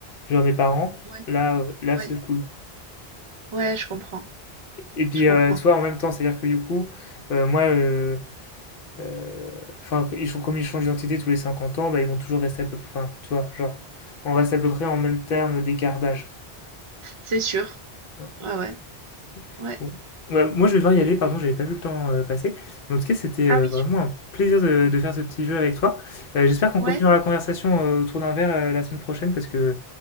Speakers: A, on the left; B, on the right.
A: genre mes parents,
B: ouais,
A: là, euh, là,
B: ouais.
A: c'est cool.
B: Ouais, je comprends,
A: Et puis,
B: je comprends.
A: euh, tu vois, en même temps, c'est-à-dire que du coup, euh, moi, euh, Heu, enfin, ils changent comme ils changent d'identité tous les 50 ans, bah, ils vont toujours rester à peu près. enfin, tu vois? Genre, on reste à peu près en même terme d'écart d'âge.
B: C'est sûr.
A: Ouais,
B: Ouais, ouais,
A: OK.
B: ouais.
A: Bon, bah, moi, je vais devoir y aller, pardon, j'avais pas vu le temps, heu, passer. Mais en tout cas, c'était,
B: Ah
A: heu,
B: oui,
A: vraiment un plaisir de de faire ce petit jeu avec toi. Heu, j'espère qu'on
B: ouais.
A: continuera la conversation, heu, autour d'un verre, heu, la semaine prochaine parce que